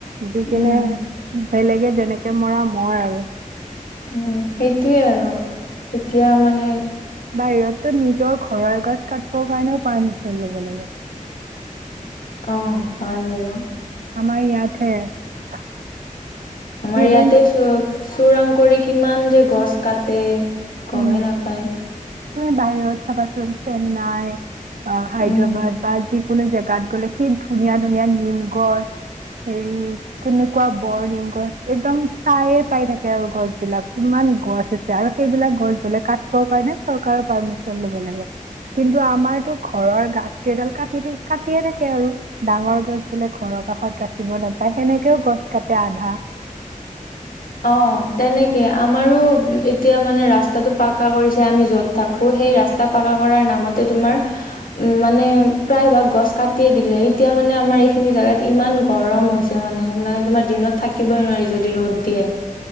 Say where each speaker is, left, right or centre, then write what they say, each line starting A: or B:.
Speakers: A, on the right; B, on the left.
A: দিকেনে
B: উম
A: বেলেগে যেনেকে মৰা মৰ আৰু
B: উম সেইটোয়ে আৰু এতিয়া মানে
A: বাহিৰতো নিজৰ ঘৰৰ গছ কাটিবৰ কাৰণেও পাৰ্মিচন লব লাগে।
B: অঁ হয় বাৰু।
A: আমাৰ ইয়াতহে।
B: আমাৰ
A: ইভেন
B: ইয়াতে চব। চোৰাং কৰি কিমান যে গছ কাটে। গমেই
A: উম
B: নাপায়।
A: তুমি বাহিৰত চাবা চেন্নাইৰ। অ হাইদৰাবাদ।
B: উম
A: যিকোনো জেগাত গ'লে কি ধুনীয়া ধুনীয়া নিম গছ হেৰি কেনেকুৱা বৰ নিম গছ একদম। চাঁয়ে পাই থাকে আৰু গছ। বিলাক কিমান গছ আছে। আৰু সেইবিলাক গছ বোলে কাটিবৰ কাৰণে। চৰকাৰৰ পাৰ্মিচন লব লাগে। কিন্তু আমাৰতো ঘৰৰ গছ কেইডাল কাটিয়ে থাকে। আৰু ডাঙৰ গছ বোলে ঘৰৰ কাষত। ৰাখিব নাপায় সেনেকেও গছ কাটে আধা।
B: অ তেনেকে আমাৰো এতিয়া মানে ৰাস্তাটো পাককা কৰিছে। আমি যত থাকো সেই ৰাস্তা পাককা কৰাৰ নামতে তোমাৰ উ মানে প্ৰায় ভাগ গছ কাটিয়ে দিলে। এতিয়া মানে আমাৰ এইখিনি জেগাত ইমান। গৰম হৈছে মানে, নাই তোমাৰ দিনত থাকিবই নোৱাৰি যদি ৰ'দ দিয়ে।